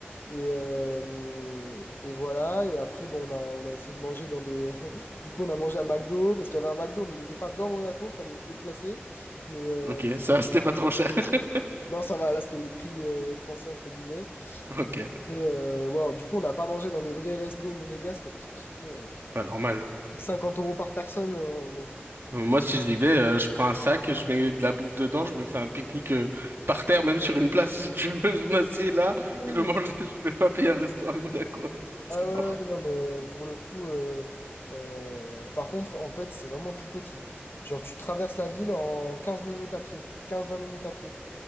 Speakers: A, on the left (about 60°); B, on the right (about 65°).
A: Et, euh, et voilà. Et après, bon, on a, on a essayé de manger dans des. <laughs> Du coup, on a mangé à McDo parce qu'il y avait un McDo, mais il n'était pas dans Monaco. Fallait se déplacer. Mais euh,
B: Ok, ça, c'était pas trop cher. <laughs>
A: non, ça va. Là, c'était les prix euh, français, entre guillemets.
B: Ok,
A: Et, euh, ouais, du coup, on n'a pas mangé dans des vrais restos monégasques parce que sinon, euh,
B: pas normal. hein.
A: 50 euros par personne. euh, bon.
B: Euh, Moi, si j'y vais, euh, je prends un sac, je mets de la bouffe dedans, je me fais un pique-nique euh, par terre, même sur une place, <laughs> si tu veux. <laughs> Je m'assieds là,
A: Oui.
B: je mange, <laughs> je vais pas payer un resto à Monaco. <laughs> C'est
A: Ah ouais,
B: mort.
A: ouais, ouais, non, mais euh, pour le coup, euh, euh, par contre, en fait, c'est vraiment tout petit. Genre, tu traverses la ville en 15 minutes à pied, quinze vingt minutes à pied.